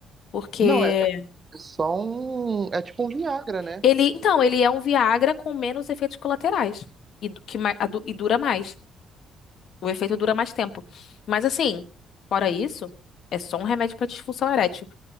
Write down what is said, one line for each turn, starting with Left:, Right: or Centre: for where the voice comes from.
Left: porque
Right: Não, é é só um, é tipo um Viagra, né?
Left: Ele, então, ele é um Viagra com menos efeitos colaterais e, du- que, ma- a du- e dura mais. O efeito dura mais tempo. Mas assim, fora isso, é só um remédio para disfunção erétil.